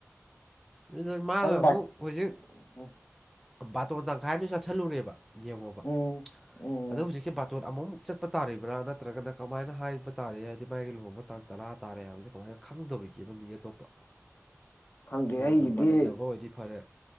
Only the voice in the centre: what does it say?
ꯑꯗꯨ ꯃꯥꯂ ꯑꯃꯨꯛ
ꯍꯧꯖꯤꯛ
ꯕꯥꯇꯣꯟ ꯇꯪꯈꯥꯏ ꯑꯃꯁꯨ ꯆꯥꯁꯤꯜꯂꯨꯔꯦꯕ ꯌꯦꯡꯉꯣꯕ
ꯑꯗꯣ ꯍꯧꯖꯤꯛꯁꯦ ꯕꯥꯇꯣꯟ ꯑꯃꯨꯛ ꯆꯠꯄ ꯇꯥꯔꯤꯕ꯭ꯔꯥ ꯅꯠꯇ꯭ꯔꯒꯅ ꯀꯃꯥꯏꯅ ꯍꯥꯏꯕ ꯇꯥꯔꯦ ꯍꯥꯏꯗꯤ ꯃꯥꯒꯤ ꯂꯨꯍꯣꯡꯕ ꯇꯥꯡ ꯇꯔꯥ ꯇꯥꯔꯦ ꯍꯥꯏꯕꯕꯁꯤꯦ ꯀꯃꯥꯏꯅ ꯈꯪꯗꯕ ꯇꯧꯈꯤꯕ ꯃꯤ ꯑꯇꯣꯞꯄ
ꯐꯣꯟ
ꯅꯝꯕꯔ ꯂꯩꯅꯕ ꯑꯣꯏꯗꯤ ꯐꯔꯦ